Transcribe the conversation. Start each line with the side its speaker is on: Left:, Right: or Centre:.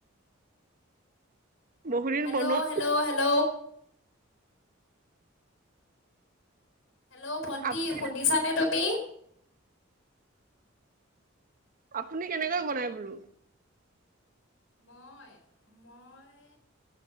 Right: বহুদিন
Left: হেল্ল',
Right: বনোৱা
Left: হেল্ল, ' হেল্ল'। হেল্ল', ভণ্টি
Right: আপুনি
Left: শুনিছানে তুমি?
Right: আপুনি কেনেকৈ বনাই বোলো?
Left: মই- মই